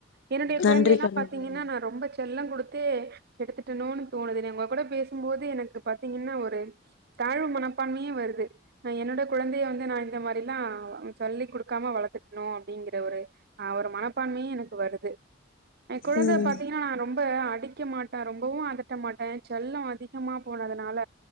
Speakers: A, on the right (about 55°); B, on the left (about 65°).
A: என்னுடைய குழந்தைய
B: நன்றிக்கா
A: எல்லாம்
B: நன்றிக்கா
A: பார்த்தீங்கன்னா நான் ரொம்ப செல்லம் கொடுத் எடுத்துட்டனோனு தோணுது உங்க கூட பேசும்போது எனக்கு பார்த்தீங்கன்னா ஒரு தாழ்வு மனப்பான்மையே வருது என்னோட குழந்தைய வந்து நான் இந்த மாதிரி எல்லாம் சொல்லி் கொடுக்காம வளர்த்துட்டணும் அப்படிங்கிற ஒரு ஆ ஒரு மனப்பான்மையே எனக்கு வருது என் குழந்தை
B: ம்
A: பாத்தீங்கன்னா நான் ரொம்ப அடிக்க மாட்டேன் ரொம்பவும் அதட்ட மாட்டேன் செல்லம் அதிகமா போனதுனால